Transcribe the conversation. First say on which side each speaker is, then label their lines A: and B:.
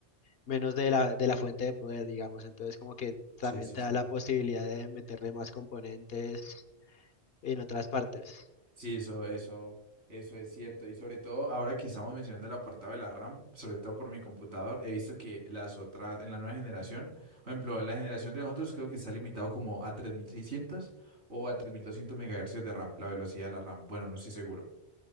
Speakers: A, on the left; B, on the right.
A: menos de la, de la fuente de poder, digamos. Entonces, como que también
B: Sí, sí,
A: te
B: sí.
A: da la posibilidad de meterle más componentes en otras partes.
B: Sí, eso, eso, eso es cierto. Y sobre todo, ahora que estamos mencionando el apartado de la RAM, sobre todo por mi computador, he visto que las otras, en la nueva generación, por ejemplo, la generación de nosotros creo que está limitado como a 3600 o a 3200 MHz de RAM, la velocidad de la RAM. Bueno, no estoy seguro.